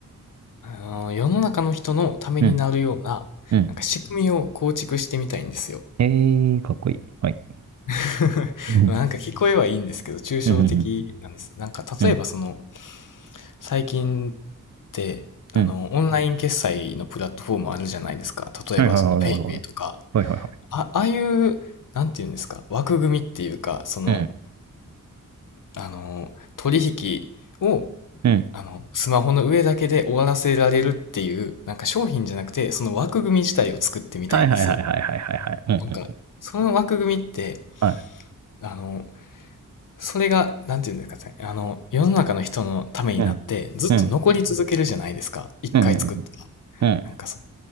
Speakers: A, on the left (about 70°); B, on the right (about 55°).
A: あの世の中の人のためになるような、
B: ん、うん、うん。
A: なんか仕組みを構築してみたいんですよ。
B: ええー、かっこいい。はい。
A: <laughs>
B: うん、
A: まあなんか聞こえはいいんですけど、抽象的なんです。
B: うん、う
A: なんか例えばその、
B: ん、うん、
A: 最近って、あの、
B: うん。
A: オンライン決済のプラットフォームあるじゃないですか。例えばその、
B: はいはいはいはいはい。
A: ペイペイとか。
B: はいはいはい。
A: あ、ああいう、なんていうんですか、枠組みっていうか、その、
B: う
A: あの、取引を、
B: ん、うん。
A: あの、スマホの上だけで終わらせられるっていう、なんか商品じゃなくて、その枠組み自体を作ってみたいんですよ。
B: はいはいはいはいはいはいはい。うん、
A: なんか、
B: うん。
A: その枠組みって、
B: はい。
A: あの、それが、なんていうんですかね、あの、世の中の人のためになって、
B: うん、
A: ずっと残り続けるじゃないですか。
B: うん、
A: 一回作ったら。
B: うん、うん、うん、
A: なんかそ、